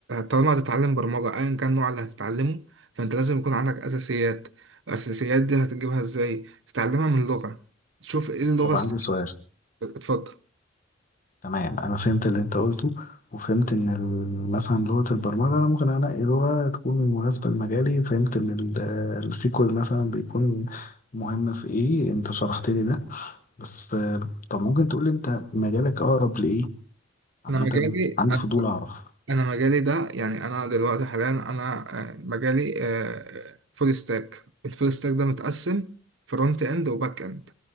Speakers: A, on the right; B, on the left.
A: طالما هتتعلم برمجه ايا كان النوع اللي هتتعلمه فانت لازم يكون عندك اساسيات الاساسيات دي هتجيبها ازاي تتعلمها من لغه تشوف ايه اللغه
B: طب
A: الس-
B: عندي سؤال
A: اتفضل
B: تمام انا فهمت اللي انت قلته وفهمت ان ال- مثلا لغه البرمجه انا ممكن انقي لغه تكون مناسبه لمجالي فهمت ان ال- السيكوال مثلا بيكون مهم في ايه انت شرحت لي ده بس آه، طب ممكن تقول لي انت مجالك اقرب لايه عامة
A: انا مجالي
B: عندي فضول أعرف
A: انا مجالي ده يعني انا دلوقتي حاليا انا آه، مجالي فول ستاك الفول ستاك ده متقسم فرونت اند وباك اند